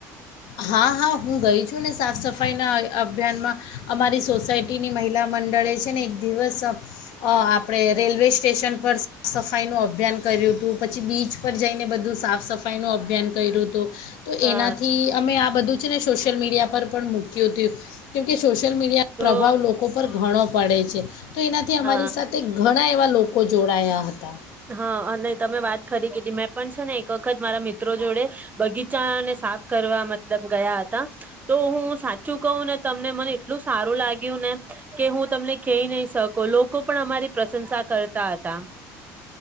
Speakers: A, on the left; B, on the right.
A: હા હા હું ગઈ છું ને સાફ સફાઈના અ અભિયાનમાં અમારી સોસાયટીની મહિલા મંડળે છેને એક દિવસ આપણે રેલવે સ્ટેશન પર સ સફાઈનું અભિયાન કર્યું હતું પછી બીચ પર જઈને બધું સાફ સફાઈનું અભિયાન કરયુ તું. તો
B: અ
A: એનાથી કે આ બધું છે ને સોશિયલ મીડિયા પર પણ મૂક્યું તું. કેમ કે સોશ સોશિયલ મીડિયા
B: તો
A: પ્રભાવ લોકો પર ઘણો પડે છે. તો એનાથી
B: અ
A: અમારી સાથે ઘણા એવા લોકો જોડાયા હતા.
B: હા અને તમે વાક ખરી કીધી મેં પણ છેને એક વખત મારા મિ મિત્રો જોડે બગીચાને સાફ કરવા મતલબ ગયા હતા તો હું સાચું કહું ને તમને મને એટલું સારું લાગ્યું ને કે હું તમને કઈબી નહી સકુ લોકો પણ અમારી પ્રશંસા કરતા હતા.